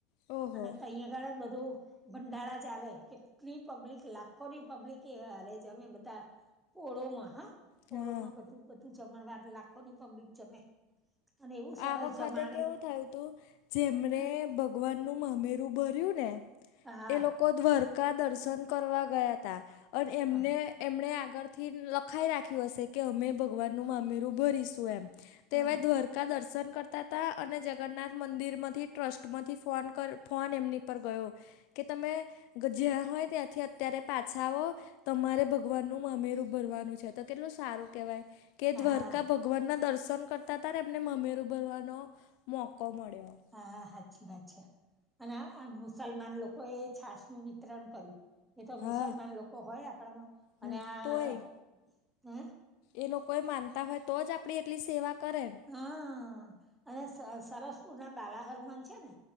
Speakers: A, on the left; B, in the centre.
A: ઓહો
B: અને તહીં આગળ જ બધું ભંડારા ચાલે. કેટલી પબ્લિક, લાખોની પબ્લિક અરે જમે બધા પોળોમાં, હા. પોળોમાં
A: હા
B: બધું બધું જમણવાર, લાખોની પબ્લિક જમે. અને એવું સરસ
A: આ વખતે
B: જમાડે
A: કેવું થયુંતું, જેમણે
B: હ
A: ભગવાનનું મામેરું ભર્યું ને!
B: હા
A: એ લોકો દ્વારકા દર્શન કરવા ગયા હતા અને એમને
B: હા
A: એમણે આગળથી લખાવી રાખ્યું હશે કે અમે ભગવાનનું મામેરું ભરીશું એમ. તેવા
B: હા
A: <unintelligible> કા દર્શન કરતા હતા અને જગન્નાથ મંદિરમાંથી ટ્રસ્ટમાંથી ફોન એમની પર ગયો. કે તમે જ્યાં હોવ ત્યાંથી અત્યારે પાછા આવો. તમારે ભગવાનનું મામેરું ભરવાનું છે, તો કેટલું સારું કહેવાય. કે
B: હા
A: દ્વારકા ભગવાનના દર્શન કરતાં મામેરું ભરવાનો મોકો મળ્યો.
B: હા સાચી વાત છે. અને આ મુસલમાન લોકોએ છાશનું વિતરણ કર્યું. એ તો
A: હા
B: મુસલમાન લોકો હોય આપણામાં
A: હમ
B: અને આ.
A: તોય એ લોકો હોય તો જ એટલી સેવા કરે ને.
B: હા, અને સરસપુરના બાલા હનુમાન છે ને?